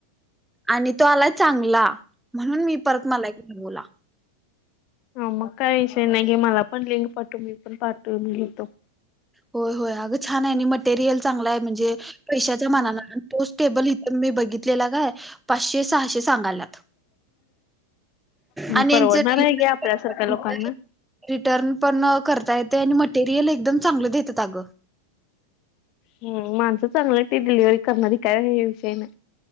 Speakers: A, in the centre; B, on the left.
A: आणि तो आलाय चांगला म्हणून मी परत मला एक मागवला.
B: हा मग काय विषय नाय गे मला पण लिंग पाटव मी पण पाठवून घेतो.
A: होय होय अगं छान हाय आणि मटेरियल चांगलाय. म्हणजे पैश्याच्या मानानं अनं तोच टेबल इथ मी बघित तलेला काय पाचशे सहाशे सांगाल्यात.
B: म
A: आणि
B: परवडणार
A: यांच डिलिव्हरी
B: हाय घे आपल्यासारख्या लोकांना
A: रिटर्न पण करता येतेय आणि मटेरियल एकदम चांगलं देत्यात अगं
B: हो माणसं चांगलं येत ते डिलिव्हरी करणारी काय हे विषयी नाय.